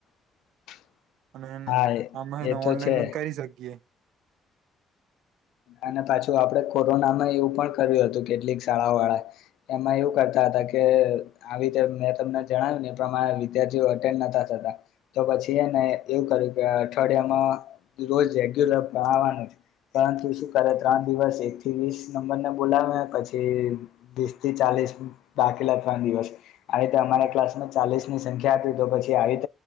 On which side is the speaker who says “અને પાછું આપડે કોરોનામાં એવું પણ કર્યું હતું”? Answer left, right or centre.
Left